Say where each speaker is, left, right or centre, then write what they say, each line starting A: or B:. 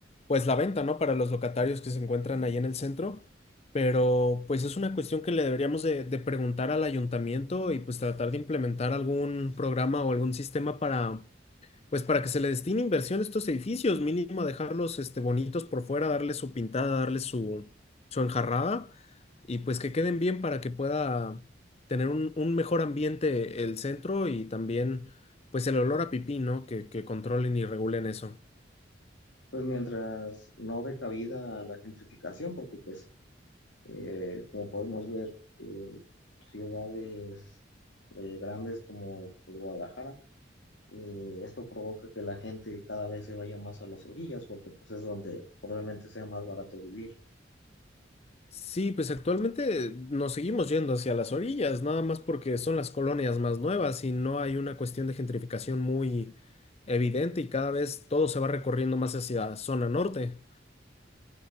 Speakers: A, on the left; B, on the left.
A: pues la venta, ¿no? Para los locatarios que se encuentran ahí en el centro, pero pues es una cuestión que le deberíamos de, de preguntar al ayuntamiento y pues tratar de implementar algún programa o algún sistema para pues para que se le destine inversión a estos edificios, mínimo dejarlos este, bonitos por fuera, darle su pintada, darle su, su enjarrada y pues que queden bien para que pueda tener un, un mejor ambiente el centro y también pues el olor a pipí, ¿no? Que, que controlen y regulen eso.
B: Pues mientras no dé cabida a la gentrificación, porque pues eh, como podemos ver, eh, ciudades eh, grandes como pues, Guadalajara, eh, esto provoca que la gente cada vez se vaya más a las orillas, porque pues es donde probablemente sea más barato vivir.
A: Sí, pues actualmente nos seguimos yendo hacia las orillas, nada más porque son las colonias más nuevas y no hay una cuestión de gentrificación muy evidente y cada vez todo se va recorriendo más hacia zona norte.